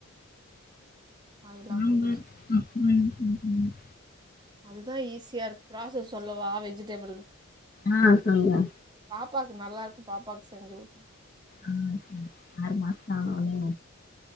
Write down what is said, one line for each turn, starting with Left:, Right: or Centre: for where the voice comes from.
Right: காய்லா
Left: சம்பார்
Right: போட்டு
Left: அப்பளோ <inaudible>
Right: அதுதான ஈஸியா இருக்கு ப்ராசஸ் சொல்லவா வெஜிடபிள்
Left: ஆ சொல்லுங்க
Right: ப்பாவுக்கு நல்லா இருக்கு பாப்பாக்கு செஞ்சு ஊட்ட
Left: ம் ஆறு மாசத்து ஆனோ ஒனே